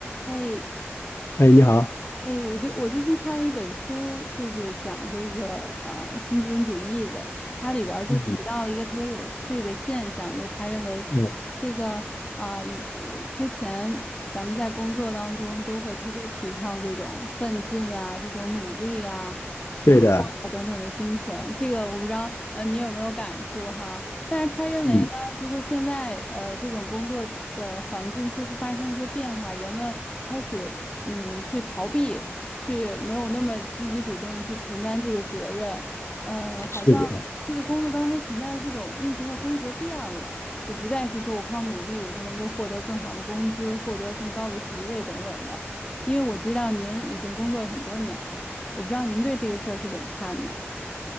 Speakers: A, on the left (about 20°); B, on the left (about 70°).
A: 哎
B: 哎，你好，
A: 哎，我最我最近看了一本书，就是讲这个呃新资本主义的，它里边儿就提到了一个特别有趣的现象，
B: 嗯
A: 就是他认为这个啊、
B: 嗯，
A: 以呃之前咱们在工作当中都会特别提倡这种奋进啊、这种努力啊、协作啊等等的精神，
B: 对的，
A: 这个我不知道呃你有没有感触哈？但是他认为呢，
B: 嗯，
A: 就是说现在呃这种工作的环境似乎发生一些变化，人们开始嗯去逃避，去没有那么积极主动的去承担这个责任，呃，好像这个工作当中存在的这种运行的规则变了，
B: 是的，
A: 就不再是说我靠努力我就能够获得更好的工资，获得更高的职位等等的。因为我知道您已经工作了很多年了，我不知道您对这个事儿是怎么看呢？